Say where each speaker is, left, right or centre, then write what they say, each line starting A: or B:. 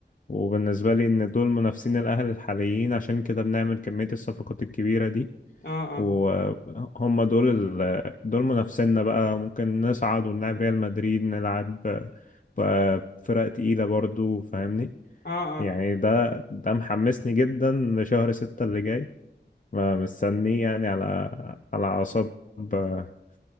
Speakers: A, on the left; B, on the left.
A: وبالنسبة لي إن دول منافسين الأهلي الحاليين عشان كده بنعمل كمية الصفقات الكبيرة دي
B: اه
A: وهم
B: اه
A: دول ال... دول منافسينا بقى ممكن نصعد ونلعب ريال مدريد نلعب آه، بقى فرق تقيلة برضو فاهمني
B: اه اه
A: يعني ده ده محمسني جدا لشهر ستة اللي جاي مستنيه يعني على على أعصاب آه،